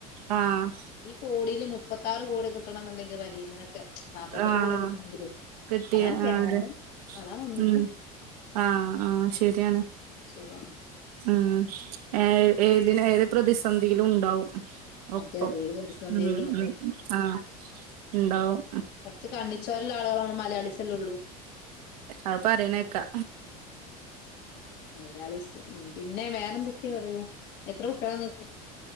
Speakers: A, on the right; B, on the left.
A: ആഹ്
B: ഈ കോടില് മുപ്പത്താറ് കോടി കിട്ടണണ്ടെങ്കിൽ റഹീമിന് ക്കെ നാല്പത്തെട്ട്
A: ആഹ്
B: കോടി കിട്ടണങ്കിലെ
A: കിട്ടിയ
B: അതാണ് കേരളം
A: ആഹ് അതെ
B: അതാണ് ഒന്നിക്കും.
A: ഉം ആഹ് ആഹ് ശരിയാണ്.
B: ശരിയാണ്
A: ഉം ഏഹ് ഏതിന് ഏത് പ്രതിസന്ധിയിലും ഉണ്ടാവും. ഒപ്പം
B: അതെ അതെ ഏത് പ്രതിസന്ധിയിലും
A: ഉം ഉം ആഹ് ഇണ്ടാവും.
B: കൊറച്ച് കണ്ണിച്ചോരള്ളെ ആളുകള് മ്മള് മലയാളിസല്ലെള്ളൂ
A: അഅ് പറിണേക്കാ
B: മലയാളിസ് ഉം പിന്നെ വേറെന്തക്കെ പറയു. എത്ര കുട്ടിയളാ ഇങ്ങക്ക്‌?